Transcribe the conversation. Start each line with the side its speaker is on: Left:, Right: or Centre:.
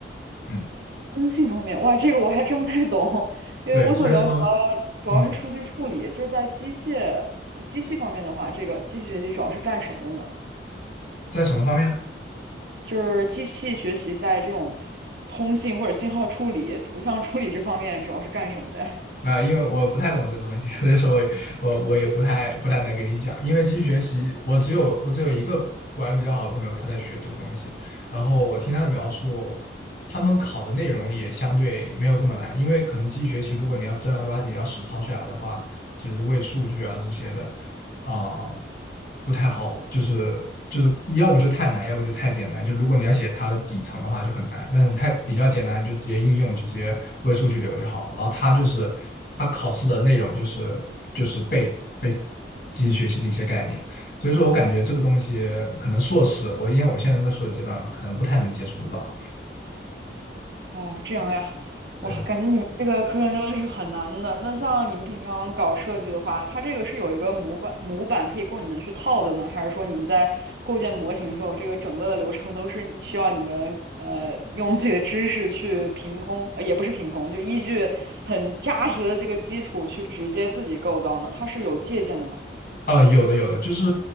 Left: 嗯，
Right: 通信方面，哇，这个我还真不太懂，<laughs> 因为我所了解到的主要是数据处理，
Left: 对，所以说，嗯，
Right: 就是在机械机器方面的话，这个机器学习主要是干什么的呢？
Left: 在什么方面啊？
Right: 就是机器学习在这种通信或者信号处理、图像处理这方面主要是干什么的呀？
Left: 那因为我不太懂这个东西，<laughs> 所以说我也我我也不太不太能给你讲。因为机器学习，我只有我只有一个玩的比较好的朋友，他在学这个东西。然后我听他的描述，他们考的内容也相对没有这么难，因为可能机器学习，如果你要正儿八经要实操下来的话，其实为数据啊这些的，啊、不太好，就是就是要不就太难，要不就太简单。就如果你要写它的底层的话就很难，但是太比较简单，你就直接应用，就直接为数据流就好了。然后它就是它考试的内容就是就是背背机器学习的一些概念，所以说我感觉这个东西可能硕士，我因为我现在在硕士阶段嘛，可能不太能接触得到。
Right: 哦，这样呀，
Left: 对。
Right: 哇，感觉你们这个课程真的是很难的。那像你们平常搞设计的话，它这个是有一个模板模板可以供你们去套的呢，还是说你们在构建模型的时候，这个整个的流程都是需要你们呃用自己的知识去凭空，呃，也不是凭空，就依据很扎实的这个基础去直接自己构造呢？它是有借鉴的吗？
Left: 呃，有的有的，就是